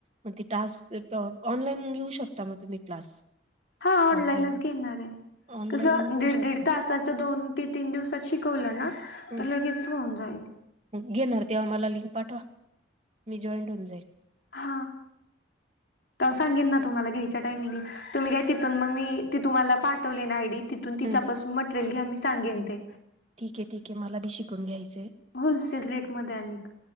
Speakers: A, on the right; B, on the left.
A: मग त टास्क ऑनलाईन घेऊ शकता मग तुम्ही क्लास
B: हा ऑनलाईनच
A: ऑफलाईन
B: घेणार आहे
A: ऑनलाईन
B: कसं
A: घेऊ
B: दीड
A: शकता
B: दीड तासाच दोन ते तीन दिवसात शिकवलं ना
A: हं,
B: तर लगेच होऊन जाईल
A: घेणार तेव्हा मला लिंक पाठवा मी जॉईंट होऊन जाईल
B: हा तव्हां सांगिन ना तुम्हाला घेईच्या टायमिंगला तुम्ही काय तिथून मग मी ती तुम्हाला पाठवली ना आयडी तिथून तिच्यापासून
A: हम्म
B: मटेरियल घ्या मी सांगेन ते
A: ठीक आहे ठीके मला बी शिकून घ्यायचंय आहे
B: होलसेल रेटमध्ये आणिक